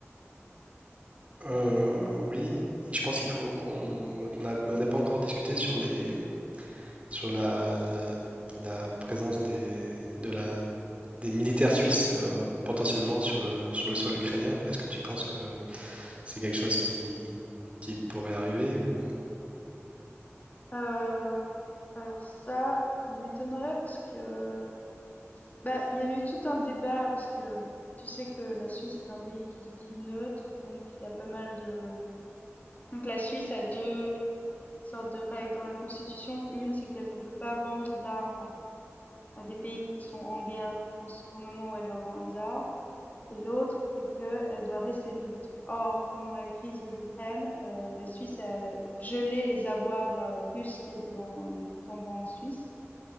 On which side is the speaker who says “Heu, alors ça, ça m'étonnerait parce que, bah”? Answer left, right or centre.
Left